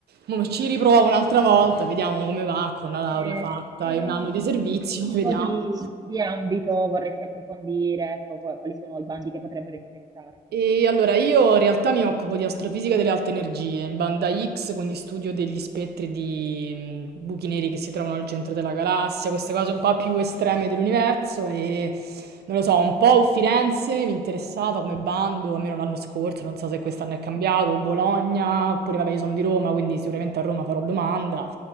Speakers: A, on the right; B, on the right.
A: Mo ci riprovo un'altra volta, vediamo come va con la laurea
B: Eh,
A: fatta
B: e,
A: e un anno di servizio,
B: e che tipo
A: <laughs> vediamo.
B: di, di ambito vorresti approfondire? Ecco, qua- quali sono i bandi che potrebbero interessarti?
A: E allora io in realtà mi occupo di astrofisica delle alte energie, in banda X, quindi studio degli spettri di mh, buchi neri che si trovano al centro della galassia, queste cose un po' più estreme dell'universo e non lo so, un po' Firenze mi interessava come bando, almeno l'anno scorso, non so se quest'anno è cambiato, Bologna, oppure vabbè io sono di Roma, quindi sicuramente a Roma farò domanda